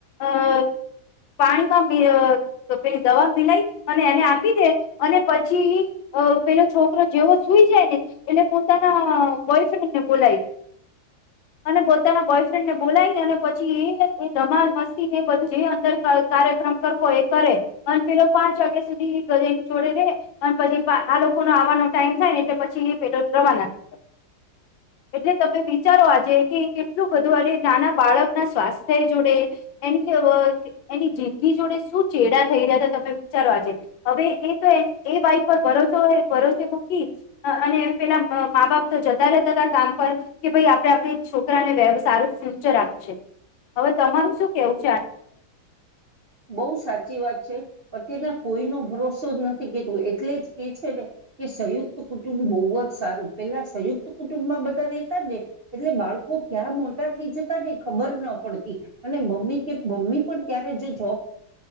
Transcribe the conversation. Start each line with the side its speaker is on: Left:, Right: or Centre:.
Left: અ પાણીમાં પેલી દવા મિલાય અને એને આપી દે અને પછી પેલો છોકરો જેવો સુઈ જાય ને એટલે પોતાના બોયફ્રેન્ડને બોલાવી દે અને પોતાના બોયફ્રેન્ડને બોલાવી પછ ધમાલ મસ્તી એ બધું જે અંદર કાર્યક્રમ કરવો હોય એ કરે અને પેલો પાંચ વાગ્યા સુધીની જોડે રે અને પછી આ લોકો ન આવાનો ટાઈમ થાય ને એટલે પછી એ પેલો રવાના થ એટલે તમે વિચારો આજે કે કેટલું બધું નાના બાળકના સ્વાસ્થ્ય જોડે એની એની જિંદગી જોડે શું ચેડા થઈ રહ્યા હતા તમે વિચારો આજે હવે એ તો એ એ વાઈ પર ભરોસો ભરોસે મૂકી અને પેલા મા બાપ તો જતા રહેતા હતા કામ પર કે ભાઈ આપણે આપણી છોકરાને સારું ફ્યુચર આપ હવે તમારું શું કેવું છે
Right: બહુ સાચી વાત છે અત્યારના કોઈનો ભરોસો જ નથી કેતું એટલે જ કે છે ને કે સંયુક્ત કુટુંબ બહુ જ સારું પેલા સંયુક્ત કુટુંબમાં બધા રહેેતા ને એટલે બાળકો ક્યાં મોટા થઈ જતા ને ખબર ન પડતી અને મમ્મી કે મમ્મી પણ ત્યારે જો જોબ તો